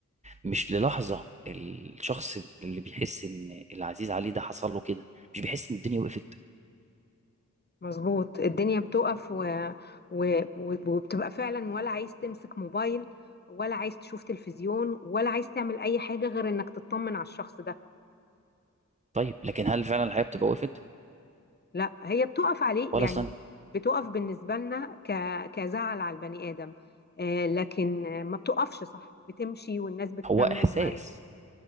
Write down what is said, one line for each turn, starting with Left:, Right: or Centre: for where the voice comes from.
Right: مش للحظه الشخص اللي بيحس ان العزيز عليه ده حصل له كده مش بيحس ان الدنيا وقفت
Left: مظبوط الدنيا بتقف و... و... و- وبتبقى فعلا ولا عايز تمسك موبايل ولا عايز تشوف تلفزيون ولا عايز تعمل اي حاجه غير انك تطمن على الشخص ده
Right: طيب لكن هل فعلا الحياه بتبقى وقفت
Left: لا هي بتقف عليه
Right: ولا
Left: يعني
Right: ثانيه
Left: بتقف بالنسبة لنا ك... كزعل على البني آدم آه لكن آه، ما بتقفش صح بتمشي والناس بتكمل
Right: هو احساس
Left: وعادي